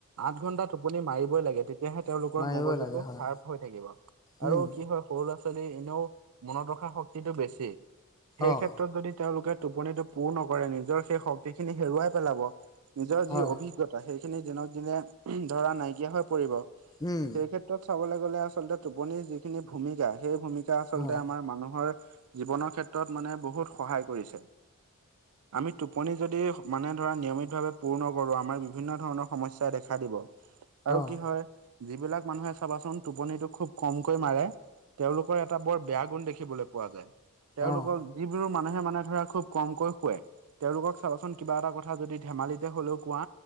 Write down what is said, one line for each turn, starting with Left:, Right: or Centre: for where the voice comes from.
Right: আঠ ঘন্টা টোপনি মাৰিবই লাগে। তেতিয়াহে তেওঁলোকৰ
Left: মাৰিবই
Right: মগজুটো
Left: লাগে
Right: চাৰ্ফ
Left: হয়,
Right: হৈ থাকিব
Left: উম,
Right: আৰু কি হয় সৰু ল'ৰা-ছোৱালী এনেও মনত ৰখা শক্তিটো বেছি। সেই
Left: অ',
Right: ক্ষেত্ৰত ক্ষেত্ৰত যদি তেওঁলোকে টোপনিটো পূৰ নকৰে। নিজৰ সেই শক্তিখিনি হেৰুৱাই পেলাব। নিজৰ যি
Left: হয়,
Right: অভিজ্ঞতা, সেইখিনি দিনক দিনে ধৰা নাইকিয়া হৈ পৰিব। সেই
Left: উম,
Right: ক্ষেত্ৰত চাবলৈ গ'লে আচলতে টোপনিৰ যিখিনি ভূমিকা, সেই ভূমিকা আচলতে
Left: হয়,
Right: আমাৰ মানুহৰ- জীৱনৰ ক্ষেত্ৰত মানে বহুত সহায় কৰিছে। আমি টোপনি যদি মানে ধৰা নিয়মিতভাৱে, পূৰ নকৰোঁ, আমাৰ বিভিন্ন ধৰণৰ সমস্যা দেখা দিব আৰু
Left: অ',
Right: কি হয় যিবিলাক মানুহে চাবাচোন টোপনিতো খুব কমকৈ মাৰে, তেওঁলোকৰ এটা বৰ বেয়া গুণ দেখিবলৈ পোৱা যায়। তেওঁলোক
Left: অ',
Right: যিবোৰ মানুহে মানে ধৰা খুব কমকৈ শুৱে। তেওঁলোকক চাবাচোন, কিবা এটা কথা যদি ধেমালিতে হ'লেও কোৱা।